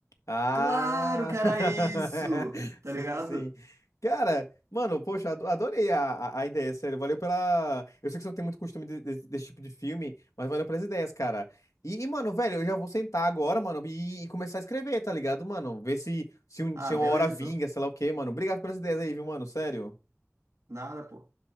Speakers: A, on the left; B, on the right.
A: Ah,
B: claro que era
A: <laughs>
B: isso! Tá
A: sim,
B: ligado?
A: sim. Cara, mano, poxa, ado- adorei a, a, a ideia, sério. Valeu pela. Eu sei que você não tem muito costume de- de- desse tipo de filme, mas valeu pelas ideias, cara. E, e, mano, velho, eu já vou sentar agora, mano, e, e começar a escrever, tá ligado, mano? Ver se, se, um-
B: Ah,
A: se uma
B: beleza,
A: hora vinga,
B: então.
A: sei lá o quê, mano. Obrigado pelas ideias aí, viu, mano? Sério.
B: Nada, pô.